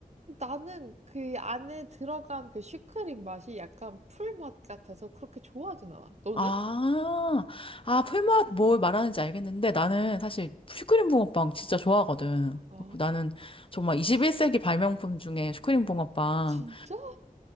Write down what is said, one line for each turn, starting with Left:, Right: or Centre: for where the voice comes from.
Right: 나는 그 안에 들어간 그 슈크림 맛이 약간 풀맛 같아서 그렇게 좋아하진 않아. 너는?
Left: 아, 아, 풀맛 뭘 말하는지 알겠는데 나는
Right: 음.
Left: 사실 슈크림 붕어빵 진짜 좋아하거든.
Right: 아,
Left: 그래서 나는 정말 21세기 발명품 중에 슈크림 붕어빵
Right: 진짜?